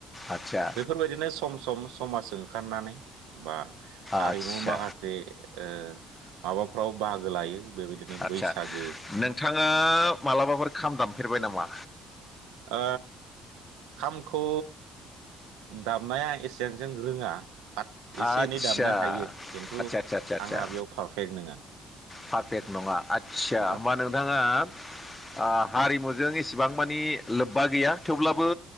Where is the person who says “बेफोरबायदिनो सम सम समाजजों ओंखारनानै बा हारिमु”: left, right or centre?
Right